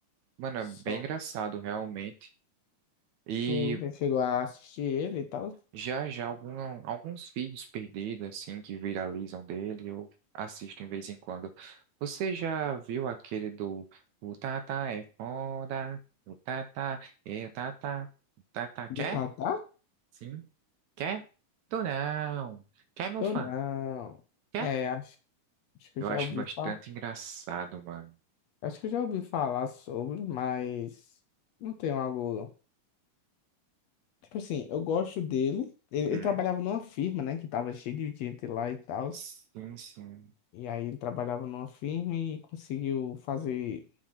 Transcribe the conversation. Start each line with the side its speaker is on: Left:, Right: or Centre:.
Right: Mano,
Left: Só
Right: é bem engraçado realmente. E
Left: tu não chegou a assistir ele e tal.
Right: já já algum- alguns vídeos perdidos assim que viralizam dele, eu assisto de vez em quando. Você já viu aquele do o Tata é foda, o Tata é Tata, o Tata quer?
Left: Do Tatá?
Right: Sim. Quer? Tô não. Quer, meu
Left: Ou
Right: fã?
Left: não?
Right: Quer?
Left: É, acho, acho que eu
Right: Eu
Left: já
Right: acho
Left: ouvi
Right: bastante
Left: falar.
Right: engraçado, mano.
Left: Acho que eu já ouvi falar sobre, mas não tenho algo. Tipo assim, eu gosto dele. Ele, ele
Right: Hum?
Left: trabalhava numa firma, né? Que tava cheio de gente lá e tal.
Right: Sim, sim.
Left: E aí ele trabalhava numa firma e conseguiu fazer